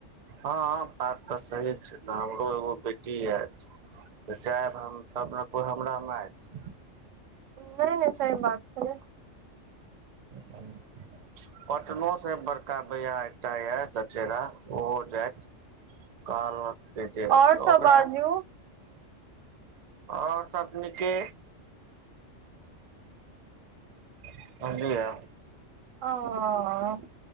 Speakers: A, on the right (about 60°); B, on the right (about 80°).
A: हँ बात तऽ सही छै ने हमरो एगो बेटी एय तऽ जायब हम तब ने कोइ हमरा में एत
B: नहि नै सही बात छै
A: ह पटनो सँ बड़का भैया एकटा यऽ चचेरा ओहो जायइत कहलत कह छै
B: आओर
A: ओकरा
B: सब बाजू
A: आ और सब निके बुझलियै
B: हँ हँ हंँ